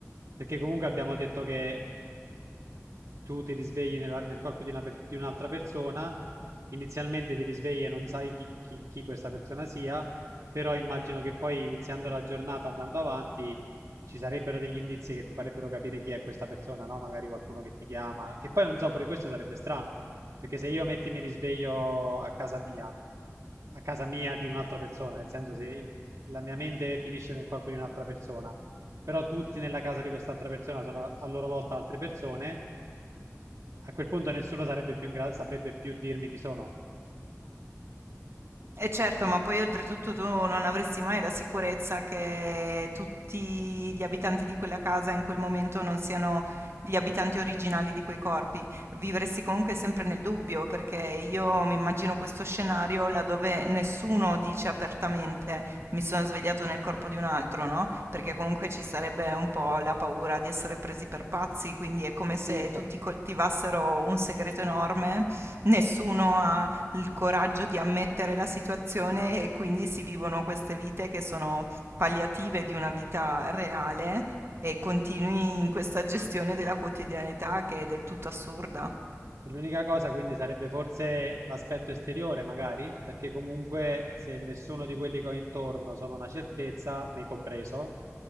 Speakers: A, on the right; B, on the right.
A: perché comunque abbiamo detto che tu ti risvegli nella- nel corpo di, una per- di un'altra persona, inizialmente ti risvegli e non sai chi, chi- chi questa persona sia, però immagino che poi iniziando la giornata, andando avanti, ci sarebbero degli indizi che ti farebbero capire chi è questa persona, no? Magari qualcuno che ti chiama, che poi non so, pure questo sarebbe strano, perché se io metti mi risveglio a casa mia, a casa mia di un'altra persona, nel senso se il- la mia mente finisce nel corpo di un'altra persona, però tutti nella casa di quest'altra persona sono a loro volta altre persone, a quel punto nessuno sarebbe più in gra- saprebbe più dirmi chi sono.
B: E certo, ma poi oltretutto tu non avresti mai la sicurezza che tutti gli abitanti di quella casa in quel momento non siano gli abitanti originali di quei corpi. Vivresti comunque sempre nel dubbio, perché io mi immagino questo scenario laddove nessuno dice apertamente mi sono svegliato nel corpo di un altro, no? Perché comunque ci sarebbe un po' la paura di essere presi per pazzi, quindi è come
A: Sì,
B: se
A: infatti.
B: tutti coltivassero un segreto enorme, nessuno ha il coraggio di ammettere la situazione e quindi si vivono queste vite che sono palliative di una vita reale e continui in questa gestione della quotidianità che è del tutto assurda.
A: È L'unica cosa quindi sarebbe forse l'aspetto esteriore, magari, perché comunque se nessuno di quelli che ho intorno sono una certezza, me compreso,